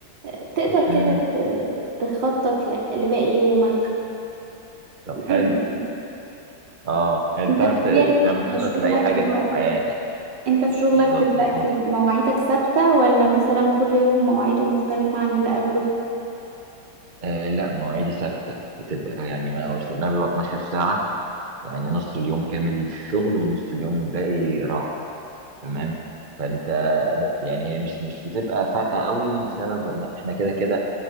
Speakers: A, on the right (about 70°); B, on the right (about 35°).
A: آه، تقدر كده
B: مم.
A: ت- تخطط ل- لباقي يومك
B: طب حلو
A: لازم
B: اه حلو
A: انت
B: تعرف
A: بطبيعة
B: ت- تعمل خطط
A: شغلك
B: لاي حاجه
A: دلوقتي
B: في حياتك
A: انت في شغلك
B: بالظبط
A: دلوقتي
B: مش
A: مواعيدك ثابتة ولا مثلا كل يوم مواعيده مختلفة عن اللي قبله
B: آه لا مواعيدي ثابتة بتبقى يعني ما هو شغلها بيبقى 12 ساعة يعني نص اليوم كامل في الشغل ونص اليوم الباقي راحة تمام فأنت هو- يعني هي مش مش بتبقى فارقة قوي لسبب لأن احنا كده كده